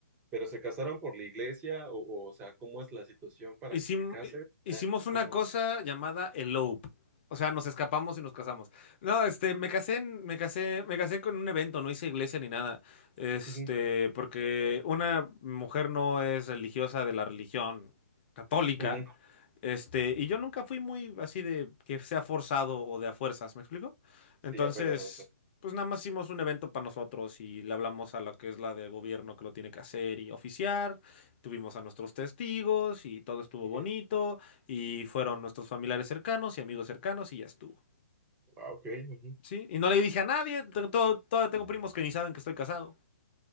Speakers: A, on the right; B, on the left.
A: ¿Pero se casaron por la iglesia? O, o, o sea, ¿cómo es la situación para
B: Hicim-
A: que te cases?
B: hicimos
A: Ya,
B: una
A: ajá.
B: cosa llamada elope. O sea, nos escapamos y nos casamos. No, este, me casé, en- me casé, me casé con un evento, no hice iglesia ni nada. Este,
A: ujú,
B: porque una mujer no es religiosa de la religión católica.
A: ujú.
B: Este, y yo nunca fui muy así de que sea forzado o de a fuerzas, ¿me explico? Entonces,
A: Sí, ya pegado a eso.
B: pues nada más hicimos un evento para nosotros y le hablamos a la que es la de gobierno que lo tiene que hacer y oficiar. Tuvimos a nuestros testigos y todo estuvo
A: Ujú.
B: bonito y fueron nuestros familiares cercanos y amigos cercanos y ya estuvo.
A: Ah, ok. ujú.
B: ¿Sí? Y no le dije a nadie, te- todo, todavía tengo primos que ni saben que estoy casado.